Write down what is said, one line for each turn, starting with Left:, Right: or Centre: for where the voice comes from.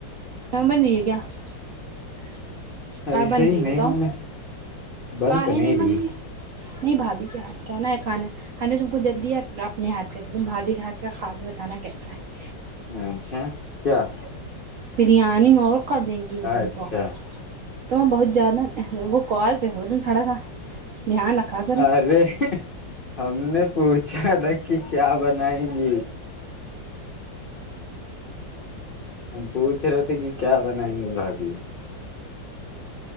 Right: م بن رہی ہے کیا <unintelligible> کیا
Left: ایسا
Right: بن
Left: ہی
Right: رہی
Left: نہیں
Right: بتاؤ
Left: من ہے بند
Right: کا
Left: تو
Right: ہے نہیں
Left: رہی
Right: من نہیں بھابھی کے ہاتھ کہنا ہے کھانا ہم نے تم کو جب دیا اپنے ہاتھ <unintelligible> کہتے تم بھاھی گھاتٹ کا کھا کے بتانا کیسا ہے <unintelligible>
Left: اچھا کیا <unintelligible>
Right: بریانی اور <unintelligible> کر دیں گی ہو
Left: اچھا
Right: تم کو <unintelligible> تو میں بہت جیاانا وہ کال سے ہو تم تھوڑا سا <unintelligible> کرو
Left: ارے ہم نے پوچھا تھا کہ کیا بنائیں گی <unintelligible> ہم پوچھ رہے ت <unintelligible> ھے کہ کیا بنائیں گے بھبھی